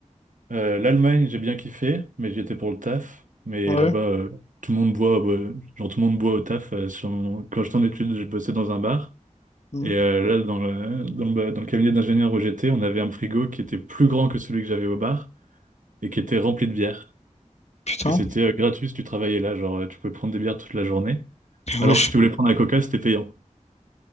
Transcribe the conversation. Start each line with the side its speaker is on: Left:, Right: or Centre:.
Right: Euh, l'Allemagne, j'ai bien kiffé, mais j'y étais pour le taf. Mais
Left: Ouais.
Right: là-bas, euh, tout le monde boit, euh, genre tout le monde boit au taf. euh, sur mon- Quand j'étais en études, je bossais dans un bar.
Left: Hmm.
Right: Et euh, là, dans le, dans le, dans le cabinet d'ingénieur où j'étais, on avait un frigo qui était plus grand que celui que j'avais au bar et qui était rempli de bière.
Left: Putain.
Right: Et c'était euh, gratuit si tu travaillais là, genre euh, tu pouvais prendre des bières toute la journée.
Left: Mais
Right: Alors
Left: wesh.
Right: que si tu voulais prendre la coca, c'était payant.